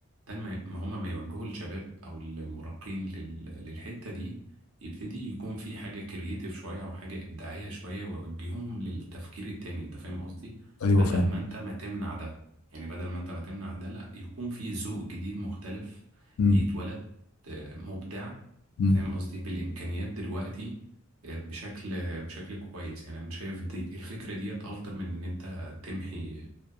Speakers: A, on the right; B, on the left.
A: بدل ما ما هم ما يوجهوا الشباب او المراهقين لل... للحته دي يبتدي يكون في حاجه كرييتيف شويه او حاجه ابداعيه شويه يوجههم للتفكير التاني انت فاهم قصدي
B: أيوه
A: بدل
B: فاهم
A: ما انت ما تمنع ده يعني بدل ما انت ما تمنع ده لا يكون في ذوق جديد مختلف
B: مم.
A: يتولد آه، مبدع
B: مم.
A: فاهم قصدي بالامكانيات دلوقتي آه، بشكل بشكل كويس يعني انا شايف دي الفكره ديت افضل من ان انت تمحي